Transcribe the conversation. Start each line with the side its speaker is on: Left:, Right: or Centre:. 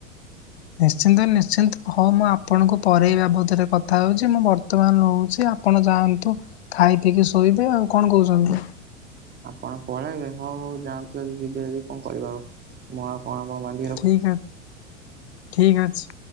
Left: ନିଶ୍ଚିନ୍ତ ନିଶ୍ଚିନ୍ତ ହଉ ମୁଁ ଆପଣଙ୍କୁ ପରେେ ଏଇ ବାବଦରେ କଥା ହଉଛି ମୁଁ ବର୍ତ୍ତମାନ ରହୁଛି ଆପ ଆପଣ ଯାଆନ୍ତୁ ଖାଇ ପିଇକି ଶୋଇବେ ଆଉ କଣ କହୁଛନ୍ତି?
Right: ଆପଣ ପଳେଇବେ ହଁ ହଉ ଯାଆନ୍ତୁ ଯଦି ଯିବେ ଯଦି କଣ କରିବା ଆଉ ମୁଁ ଆଉ କଣ କଣ
Left: ଠିକ ଠିକ ଅଛି।